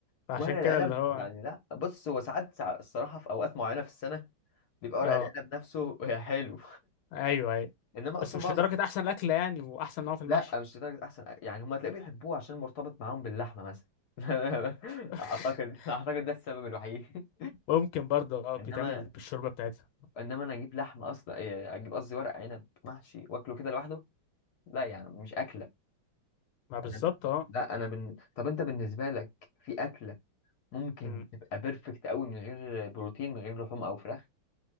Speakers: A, on the left; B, on the left.
A: فعشان
B: ورق العنب
A: كده اللي هو
B: يعني لا بص هو ساعات ساع- الصراحة في أوقات معينة في السنة بيبقى ورق
A: اه
B: العنب نفسه <laughs> حلو
A: ايوه ايوه
B: إنما أصلا
A: بس مش
B: معظم
A: لدرجه احسن اكل يعني واحسن نوع في المحشي
B: لا مش لدرجة أحسن يعني هما تلاقيه بيحبوه عشان مرتبط معاهم باللحمة مثلا <laughs>
A: <laughs>
B: أعتقد أعتقد ده السبب الوحيد
A: ممكن برضه اه بيتعمل
B: <laughs> إنما
A: بالشوربه بتاعتها
B: انما انا اجيب لحمه اصلا إيه، اجيب قصدي ورق عنب محشي واكله كده لوحده لا يعني مش اكله
A: ما بالظبط
B: انا
A: اه
B: لا انا بن... طب انت بالنسبه لك في اكله ممكن
A: مم.
B: تبقى بيرفكت قوي من غير بروتين من غير لحوم او فراخ